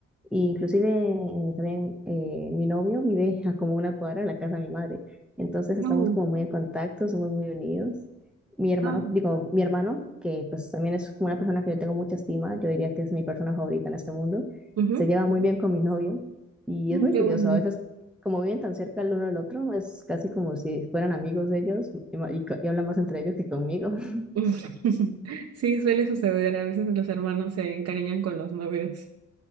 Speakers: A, in the centre; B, on the right.
A: E inclusive eh, también eh, mi novio vive a como una cuadra de la casa de mi madre. Entonces estamos
B: Oh,
A: como muy en contacto, somos muy unidos. Mi hermano,
B: ah,
A: digo, mi hermano, que pues también es como una persona que yo tengo mucha estima, yo diría que es mi persona favorita en este mundo,
B: ujú.
A: se lleva muy bien con mi novio. Y
B: mm,
A: es muy
B: qué
A: curioso,
B: bueno.
A: a veces como viven tan cerca el uno del otro, es casi como si fueran amigos de ellos y, ma- y co- y hablan más entre ellos que conmigo. <laughs>
B: <laughs> Sí, suele suceder. A veces los hermanos se encariñan con los novios.